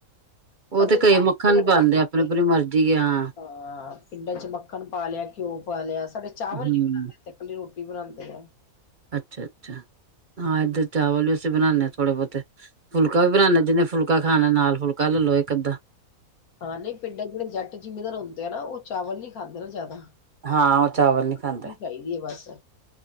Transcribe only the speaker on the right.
ਉਹ
ਤੇ ਕਈ
ਮੱਖਣ
ਪਾਂਦੇ
ਆਪਣੀ ਆਪਣੀ ਮਰਜ਼ੀ ਹਾਂ।
ਹੂੰ,
ਅੱਛਾ-ਅੱਛਾ ਹਾਂ ਇੱਧਰ ਚਾਵਲ ਵੀ ਬਣਾਣੇ ਆ ਥੋੜੇ ਬਹੁਤੇ ਫੁਲਕਾ ਵੀ ਬਣਾਣੇ ਜਿਹਨੇ ਫੁਲਕਾ ਖਾਣਾ ਨਾਲ ਫੁਲਕਾ ਲੈ ਲਓ ਇਕ ਅੱਧਾ
ਹਾਂ, ਉਹ ਚਾਵਲ ਨਹੀ
ਖਾਂਦੇ।